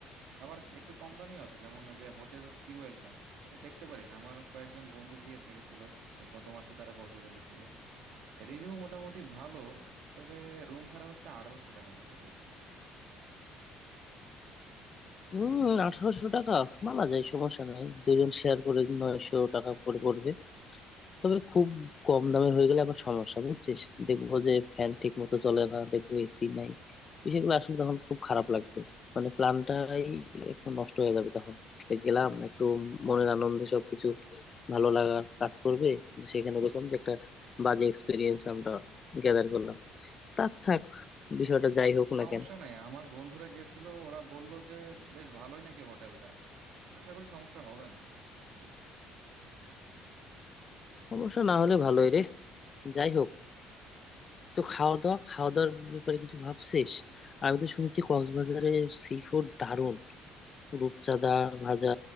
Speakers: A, on the right; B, on the left.
A: আবার একটু কম দামিও আছে যেমন ওই যে হোটেল সি ওয়েলকাম ওটা দেখতে পারিস আমার কয়েকজন বন্ধু গিয়ে থেকেছিল এই গত মাসে তারা কক্সবাজার গেছিল রিভিউ মোটামুটি ভালো তবে রুম ভাড়া হচ্ছে আঠারোশো টাকার মতো পড়বে
B: হম আঠারোশো টাকা মানা যায় সমস্যা নাই দুজন শেয়ার করে নয়শো টাকা করে পড়বে তবে খুব কম দামের হয়ে গেলে আবার সমস্যা বুঝছিস দেখবো যে ফ্যান ঠিক মতো চলে না দেখবো এসি নাই বিষয়গুলো আসলে তখন খুব খারাপ লাগবে মানে প্ল্যানটাই একটু নষ্ট হয়ে যাবে তখন এই গেলাম একটু মনের আনন্দে সবকিছু ভালো লাগার কাজ করবে কিন্তু সেখানে দেখলাম যে একটা বাজে এক্সপিরিয়েন্স আমরা গ্যাদার করলাম তার থাক বিষয়টা যাই হোক
A: সমস্যা
B: না কেন
A: নাই আমার বন্ধুরা গেছিল ওরা বলল যে বেশ ভালোই নাকি হোটেলটা আশা করি সমস্যা হবে না বুঝলি
B: সমস্যা না হলে ভালোই রে যাই হোক তো খাওয়া দাওয়া খাওয়া দাওয়ার ব্যাপারে কিছু ভাবছিস আমি তো শুনেছি কক্সবাজারে সি ফুড দারুণ রূপচাঁদা ভাজা